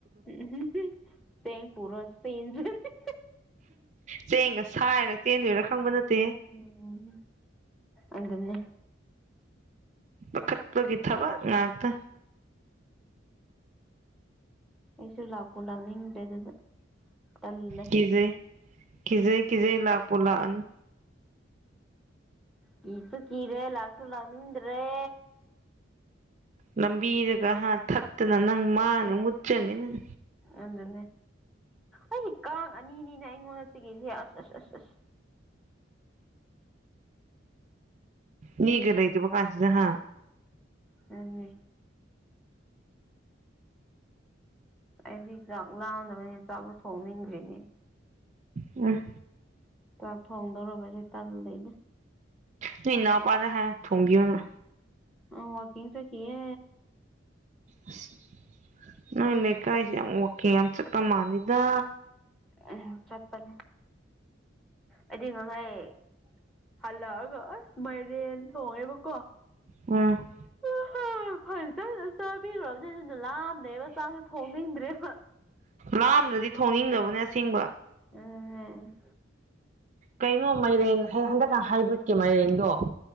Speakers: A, in the centre; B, on the right.
A: ꯎꯝ ꯎꯍꯨꯝ ꯍꯨꯝ ꯆꯦꯡ ꯄꯨꯔꯣ <unintelligible>
B: ꯆꯦꯡꯒ ꯁꯥꯏꯔ ꯆꯦꯟꯗꯣꯏꯔꯥ ꯈꯪꯕ ꯅꯠꯇꯦ
A: ꯎꯝ ꯑꯗꯨꯅꯦ
B: ꯄꯥꯈꯠꯄꯒꯤ ꯊꯕꯛ ꯉꯥꯛꯇ
A: ꯑꯩꯁꯨ ꯂꯥꯛꯄꯨ ꯂꯥꯛꯅꯤꯡꯗꯦ ꯑꯗꯨꯗ ꯇꯜꯂꯦ
B: ꯀꯤꯖꯩ ꯀꯤꯖꯩ ꯀꯤꯖꯩ ꯂꯥꯛꯄꯨ ꯂꯥꯛꯑꯅꯨ
A: ꯀꯤꯁꯨ ꯀꯤꯔꯦ ꯂꯥꯛꯁꯨ ꯂꯥꯛꯅꯤꯡꯗ꯭ꯔꯦ
B: ꯂꯝꯕꯤꯗꯒ ꯍꯥ ꯊꯠꯇꯅ ꯅꯪ ꯃꯥꯡꯅꯤ ꯃꯨꯠꯆꯅꯤ ꯅꯪ
A: ꯑꯗꯨꯅꯦ ꯑꯩꯗꯤ ꯀꯥꯡ ꯑꯅꯤꯅꯤꯅ ꯑꯩꯉꯣꯟꯗ ꯆꯤꯛꯏꯁꯦ ꯑꯁ ꯑꯁ ꯑꯁ ꯑꯁ
B: ꯃꯤꯒ ꯂꯩꯇꯕ ꯀꯥꯟꯁꯤꯗ ꯍꯥ
A: ꯑꯅꯦ ꯑꯩꯗꯤ ꯆꯥꯛ ꯂꯥꯝꯗꯕꯅꯤ ꯆꯥꯛꯁꯨ ꯊꯣꯡꯅꯤꯡꯗ꯭ꯔꯤꯅꯦ
B: ꯎꯝ
A: ꯆꯥꯛ ꯊꯣꯡꯗꯣꯔꯕꯁꯦ ꯇꯜꯂꯩꯗ
B: ꯅꯣꯏ ꯏꯅꯥꯎꯄꯥꯗ ꯍꯥꯏꯌꯣ ꯊꯣꯡꯕꯤꯌꯣꯅ
A: ꯃꯥ ꯋꯥꯛꯀꯤꯡ ꯆꯠꯈꯤꯌꯦ
B: ꯑꯁ ꯅꯣꯏ ꯂꯩꯀꯥꯏꯁꯦ ꯌꯥꯝ ꯋꯥꯛꯀꯤꯟ ꯌꯥꯝ ꯆꯠꯄ ꯃꯥꯜꯂꯤꯗ
A: <unintelligible> ꯆꯠꯄꯅꯦ ꯑꯩꯗꯤ ꯉꯁꯥꯏ ꯍꯜꯂꯛꯑꯒ ꯑꯁ ꯃꯥꯏꯔꯦꯟ ꯊꯣꯡꯉꯦꯕꯀꯣ
B: ꯎꯝ
A: <unintelligible> ꯐꯖꯅ ꯆꯥꯕꯤꯒ꯭ꯔꯕꯅꯤꯅ ꯑꯗꯨꯅ ꯂꯥꯝꯗꯦꯕ ꯆꯥꯛꯁꯨ ꯊꯣꯡꯅꯤꯡꯗ꯭ꯔꯦꯕ
B: ꯂꯥꯝꯗ꯭ꯔꯗꯤ ꯊꯣꯡꯅꯤꯡꯗꯕꯅꯦ ꯑꯁꯦꯡꯕ
A: ꯑꯗꯨꯅꯦ
B: ꯀꯩꯅꯣ ꯃꯥꯏꯔꯦꯟ ꯍ ꯍꯟꯗꯛꯀ ꯍꯥꯏꯕ꯭ꯔꯤꯠꯀꯤ ꯃꯥꯏꯔꯦꯟꯗꯣ